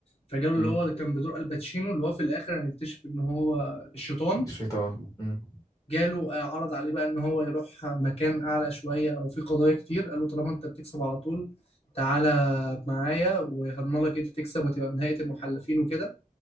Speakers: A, on the left (about 45°); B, on the left (about 25°).
A: فجاله اللي
B: أمم.
A: هو كان بدور الباتشينو اللي هو في الاخر هنكتشف ان هو الشيطان
B: الشيطان أمم.
A: جاله آه، عرض عليه بقى ان هو يروح مكان اعلى شويه او في قضايا كتير قال له طالما انت بتكسب على طول تعالى معايا وهضمن لك انت تكسب وتبقى من هيئه المحلفين وكده